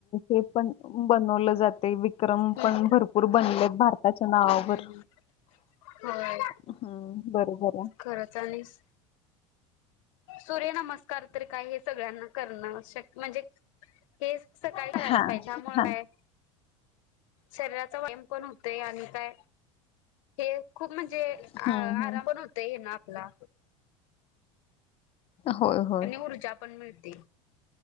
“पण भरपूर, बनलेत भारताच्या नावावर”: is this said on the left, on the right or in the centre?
Left